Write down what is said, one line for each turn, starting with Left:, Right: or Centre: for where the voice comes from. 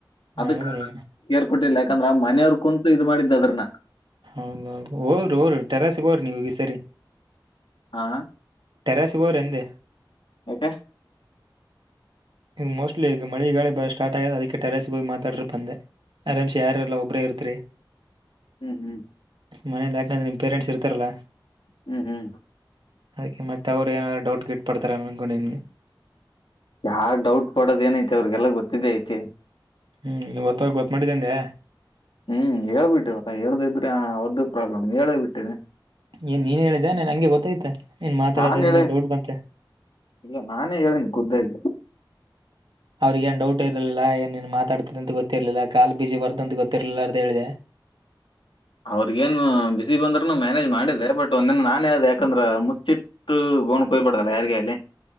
Left: ಅದಕ್ಕೆ
Right: ಹೌದ್ರಿ
Left: ಕೇರ್ಕೊಟ್ಟಿಲ್ಲ ಯಾಕಂದ್ರೆ ಆ ಮನೆಯವ್ರ ಕುಂತು ಇದು ಮಾಡಿದ್ದ ಅದ್ರನ್ನ
Right: ಹೌದೌ ಹೋಗದ್ರಿ ಹೋರ ತರಾಸಿಗ್ ಹೋರಿ ನೀವಗೆ ಸರಿ
Left: ಹಾ
Right: ಟೆರಸ್ ಗೋರ್ ಎಂದೇ
Left: ಯಾಕ
Right: ಇಗ ಮೋಸ್ಟ್ಲಿ ಈಗ ಮಳಿಗಾಲಿ ಬ ಸ್ಟಾರ್ಟ್ ಆಗ್ಯ ಅದಕ್ಕೆ ಟೆರಸ್ ಹಿ ಮಾತಾರೆ ಅಂದೆ ಆರಮ್ಸ್ ಯಾರಲ್ಲ ಒಬ್ಬರೇ ಇರ್ತ್ರರಿ
Left: ಹ್ಮ್ ಹ್ಮ್
Right: ಮನೆಯಲ್ಲಿ ಯಾಕೆಂದ್ರ ನಿಮ್ಮ ಪೇರೆಂಟ್ಸ್ ಇರ್ತಾರಲ್ಲ
Left: ಹ್ಮ್ ಹ್ಮ್
Right: ಅದಕ್ಕೆ ಮತ್ತೆ ಅವರು ಏನಾದ್ ಡೌಟ್ ಗಿಟ್ ಪಡ್ತಾರೆ ಅನ್ಕೊಂಡಿನಗೆ.
Left: ಯಾರ ಡೌಟ್ ಕೊಡದ ಏನಐತಿ ಅವ್ರಗೆಲ್ಲ ಗೊತ್ತಿದ್ದ ಐತಿ.
Right: ಹ್ಮ್ ಗೊತ್ತಾಗ ಗೊತ್ತ ಮಾಡಿದ್ದೇೆ.
Left: ಹ್ಮ್ ಹೇಳ್ಬಿಟ್ಟವಲ್ಲ ಹೇಳ್ದ ಇದ್ರೆ ಅವ್ದ ಪ್ರಾಬ್ಲಮ್ ಹೇಳೇ ಬಿಟ್ಟೇವಿ.
Right: ಏನ್ ನೀನ್ ಹೇಳಿದ್ದನ್ ಹಂಗೆ ಗೊತ್ತಾಯ್ತ. ನೀನ್ ಮಾತಾಡೋದಿಂದ
Left: ನಾನ್ ಹೇಳೇನಿ
Right: ಡೌಟ್ ಬಂತೆ
Left: ಇಲ್ಲ ನಾನೇ ಹೇಳೇನಿ ಖುದ್ದಾಗಿ
Right: ಅವ್ರಿಗೆ ನ್ ಡೌಟ್ ಊ ಇರ್ಲಿಲ್ಲ ಏನ್ ನೀನ್ ಮಾತಾಡ್ತ ಅಂತ ಗೊಿರ್ಲಿಲ್ಲ ಕಾಲ್ ಬಿಸಿಿ ಬರ್ತಂತ ಗೊತ್ತಿರ್ಲಿಲ್ಲ ಅಂತ ಹೇಳಿದೆ
Left: ಅವ್ರಗೇನು ಬಿಸಿ ಬಂದ್ರನು ಮ್ಯಾನೇಜ್ ಮಾಡಿದ್ದೆ ಬಟ್ ಒಂದೆಿನ ನಾನೇ ಅ ಯಾಕಂದ್ರ ಮುಚ್ಚಿಟ್ಟು ಬೋನ್ ಕೊಯ್ಬಡಲ್ಲ ಯಾರಗ ಅಲ್ಲಿ